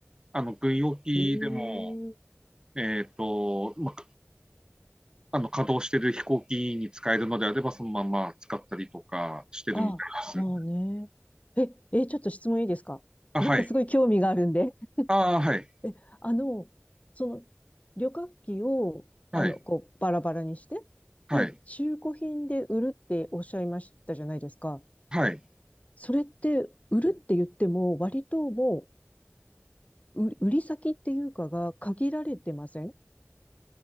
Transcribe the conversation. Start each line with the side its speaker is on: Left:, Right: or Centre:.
Right: あの、軍用機でも、
Left: ええ
Right: えっと、ま、あの、稼働してる飛行機に使えるのであれば、そのまま使ったりとかしてるみたいです。
Left: あ、まあね。え、え、ちょっと質問いいですかなんかすごい興味があるんで。
Right: あ、はい。ああ、はい。
Left: <laughs> え、あの、その、旅客機を、
Right: はい。
Left: あの、こう、バラバラにして、
Right: はい。
Left: で、中古品で売るっておっしゃいましたじゃないですか。
Right: はい。
Left: それって売るって言っても、割ともう、売売り先っていうかが限られてません